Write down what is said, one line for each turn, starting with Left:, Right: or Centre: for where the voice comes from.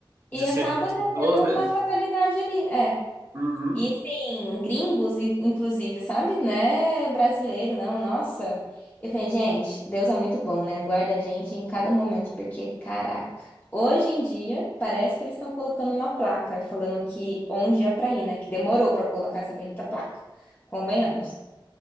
Right: de
Left: e acaba,
Right: ser com as
Left: né,
Right: pessoas,
Left: tendo
Right: né?
Left: uma fatalidade ali. É.
Right: Uhum,
Left: E assim, gringos, i- inclusive, sabe? Né? Brasileiro, não, nossa. Eu falei, gente, Deus é muito bom, né? Guarda a gente em cada momento, porque, caraca, hoje em dia parece que eles estão colocando uma placa falando que onde é pra ir, né? Que demorou pra colocar essa bendita placa, convenhamos.